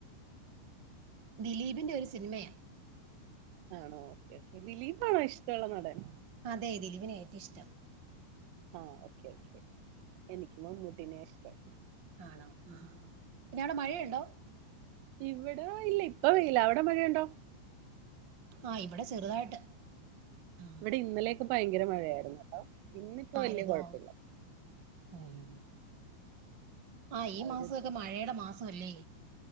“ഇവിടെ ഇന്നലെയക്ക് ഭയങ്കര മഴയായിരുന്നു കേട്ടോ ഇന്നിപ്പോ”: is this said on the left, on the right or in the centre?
Right